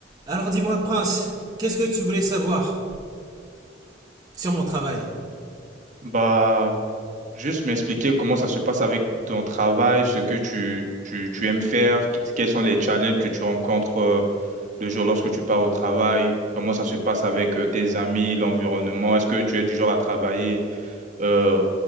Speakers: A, on the right (about 20°); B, on the right (about 40°).
A: Alors dis-moi, Prince, qu'est-ce que tu voulais savoir sur mon travail?
B: Bah, juste m'expliquer comment ça se passe avec ton travail, ce que tu, tu, tu aimes faire, qu- quels sont les challenges que tu rencontres euh, de jour lorsque tu pars au travail, comment ça se passe avec euh, tes amis, l'environnement, est-ce que tu es du genre à travailler euh,